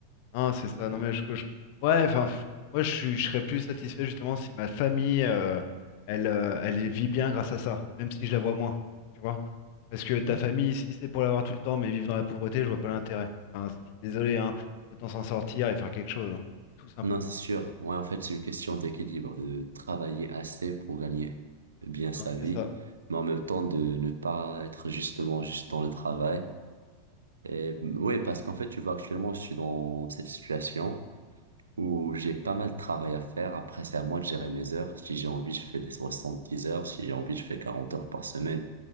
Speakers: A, on the left (about 45°); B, on the right (about 70°).
A: Non, c'est ça.
B: Mhm.
A: Non, mais je, je- ouais, enfin, f- moi, je, suis- je serais plus satisfait justement si ma famille, euh, elle, euh, elle y vit bien grâce à ça, même si je la vois moins, tu vois. Parce que ta
B: Mhm.
A: famille, si c'est pour l'avoir tout le temps, mais vivre dans la pauvreté, je vois pas l'intérêt. Enfin, je suis désolé, hein. Autant s'en sortir et faire quelque chose, hein. Tout simplement.
B: Non, c'est
A: voilà.
B: sûr. Ouais, en fait, c'est une question d'équilibre, de travailler assez pour gagner bien sa
A: Hein,
B: vie,
A: c'est ça.
B: mais en même temps de ne pas être justement juste dans le travail. Et oui, parce qu'en fait, tu vois, actuellement, je suis dans cette situation. où j'ai pas mal de travail à faire. Après, c'est à moi de gérer mes heures. Si j'ai envie, je fais des 70 heures. Si j'ai envie, je fais 40 heures par semaine.